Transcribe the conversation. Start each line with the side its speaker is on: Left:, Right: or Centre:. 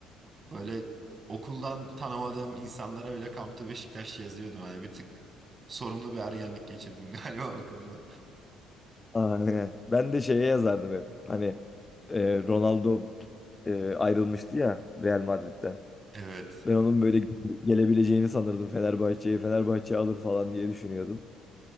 Right: Böyle okuldan tanımadığım insanlara bile Kamtu Beşiktaş yazıyordum. Hani bir tık sorunlu bir ergenlik geçirdim <laughs> galiba okulda.
Left: Aynen. Ben de şeye yazardım hep. Hani e, Ronaldo e, ayrılmıştı ya Real Madrid'den.
Right: Evet.
Left: Ben onun böyle gelebileceğini sanırdım Fenerbahçe'ye. Fenerbahçe alır falan diye düşünüyordum.